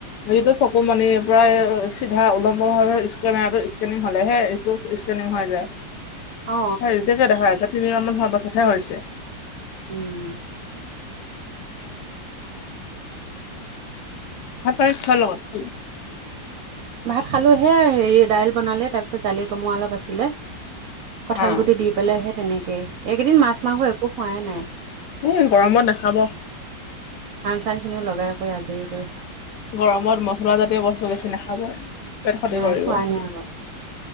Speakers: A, on the left; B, on the right.
A: হেইটো চকু মণি পৰা এ চিধা উলম্বভাৱে স্কেনাৰটো স্কেনিং হ'লেহে এইটো স্কেনিং হৈ যায়।
B: অ
A: ৰিজেক্ট এ দেখাই আছে, তিনি মাহ মান হোৱাৰ পাছতহে হৈছে।
B: উম।
A: ভাত <unintelligible> লগত
B: ভাত খালোহে, হেৰি দাইল বনালে তাৰপিছত জালি কুমোৰা অলপ আছিলে। কঁঠাল
A: অ',
B: গুটি দি পেলাইহে তেনেকে, এইকেইদিন মাছ মাংস একো খোৱাই নাই।
A: এ, গৰমত নাখাব।
B: আন চান খিনিও লগাই কৰি আজৰিও।
A: গৰমত মছলা জাতীয় বস্তু বেছি নাখাবই। পেট ক্ষতি
B: নাই
A: কৰিব,
B: খোৱা নাই আগত